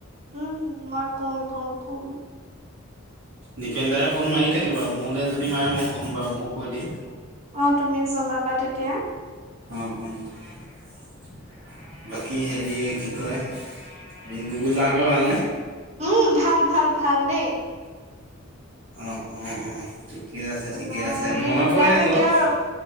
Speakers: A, on the right; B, on the right.
A: উম মই কম কম কম।
B: দীপেন দাই ফোন মাৰি থাকে বাৰু মোৰলৈ যদি মাৰে মই ক'ম বাৰু ময় কৈ দিম।
A: অ তুমি জনাবা তেতিয়া।
B: অৱ অৱ। বাকী হেৰি কি কয়, হেৰী গুগুল দাহঁতৰ ভালনে!
A: উম ভাল ভাল ভাল দেই।
B: অৱ অৱ অৱ ঠিক। ঠিকে আছে
A: তোমাৰ
B: ঠিকে আছে
A: এই
B: মনত
A: ওলাই
B: পৰি থাকো
A: থাকে
B: অ'
A: আৰু